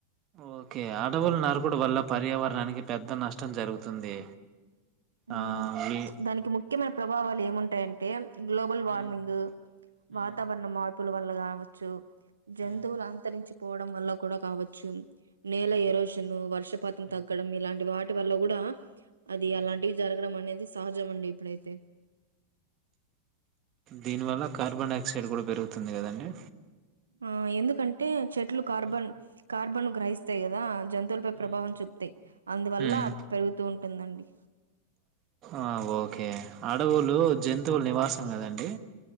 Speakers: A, on the right; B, on the right.
A: ఓకే అడవులు నరకుడు వల్ల పర్యావరణానికి పెద్ద నష్టం జరుగుతుంది
B: మ్మ్
A: ఆ ఎ
B: దానికి ముఖ్యమైన ప్రభావాలు ఏముంటాయంటే గ్లోబల్
A: హ్మ్.
B: వార్మింగ్
A: హ్మ్.
B: వాతావరణ మా ర్పుల వల్ల కావచ్చు జంతువులు
A: హ్మ్.
B: అంతరించి పోవడం వల్ల కూడా కావచ్చు నేల
A: హ్మ్.
B: ఎరోషన్ వర్షపాతం
A: హ్మ్.
B: తగ్గడం ఇలాంటి వాటి వల్ల కూడా అది
A: హ్మ్.
B: అలాంటివి జరగడం అనేది సహజం అండి ఇప్పుడైతే
A: దీనివల్ల కార్బన్ డైఆక్సైడ్ కూడా పెరుగుతుంది కదండి
B: ఆ ఎందుకంటే చెట్లు కార్బన్
A: హ్మ్.
B: కార్బన్ను గ్రహిస్తాయి కదా జంతువులపై
A: హ్మ్.
B: ప్రభావం చూపుతాయి అందువల్ల
A: హ్మ్.
B: పెరుగుతూ ఉంటుందండి
A: ఆ ఓకే అడవులు జంతువులు నివాసం కదండి